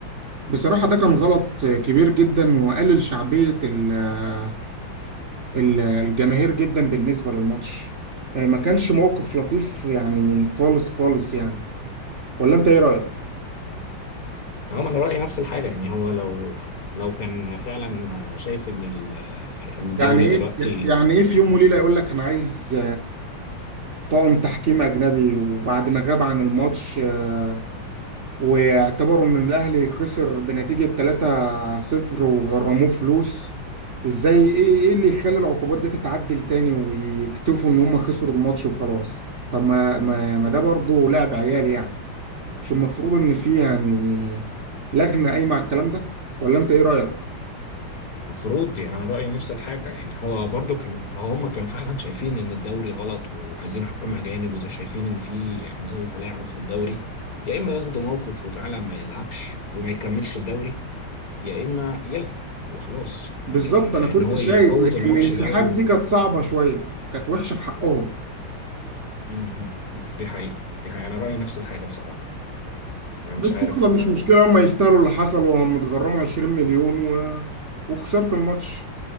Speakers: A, on the right; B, on the left.
A: بصراحه ده كان غلط كبير جدا وقلل شعبيه ال- آه، ال- الجماهير جدا بالنسبه للماتش آه، ما كانش موقف لطيف يعني خالص خالص يعني ولا انت ايه رايك
B: هم انا رايي نفس الحاجه يعني هو لو لو كان فعلا شايف ان ال- الدوري
A: ده يعني ايه
B: دلوقتي
A: يعني ايه في يوم وليله يقول لك انا عايز طاقم تحكيم أجنبي وبعد ما غاب عن الماتش آه، واعتبروا إن الأهلي خسر بنتيجة 3-0 وغرموه فلوس إزاي إيه إيه اللي يخلي العقوبات دي تتعدل تاني ويكتفوا إن هم خسروا الماتش وخلاص طب ما ما, ما ده برضه لعب عيال يعني مش المفروض إن في يعني لجنة قايمة على الكلام ده ولا أنت إيه رأيك؟
B: مفروض يعني انا رايي نفس الحاجه يعني هو برضو كان هم كانوا فعلا شايفين ان الدوري غلط وعايزين حكام اجانب وده شايفين ان في يعني زي تلاعب في الدوري يا اما ياخدوا موقف وفعلا ما يلعبش وما يكملش الدوري يا اما يلعب وخلاص
A: بالظبط
B: لكن
A: أنا
B: ان
A: كنت
B: هو
A: شايف
B: يفوت
A: لكن
B: الماتش
A: الانسحاب
B: ده و...
A: دي كانت صعبة شوية كانت وحشة في حقهم
B: م- م. دي حقيقه دي حقيقه انا رايي نفس الحاجه بصراحه انا
A: بس
B: مش عارف
A: يلا
B: آه،
A: مش مشكلة هم يستاهلوا اللي حصل وهم اتغرموا 20 مليون و... وخسرت الماتش